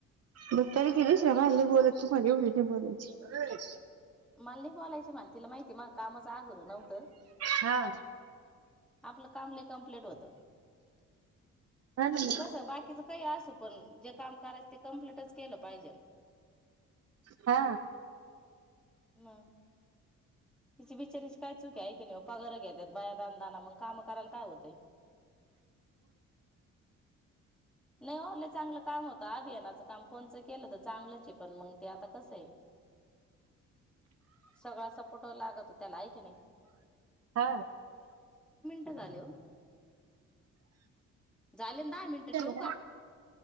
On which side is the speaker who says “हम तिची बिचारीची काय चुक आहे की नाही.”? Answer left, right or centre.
Centre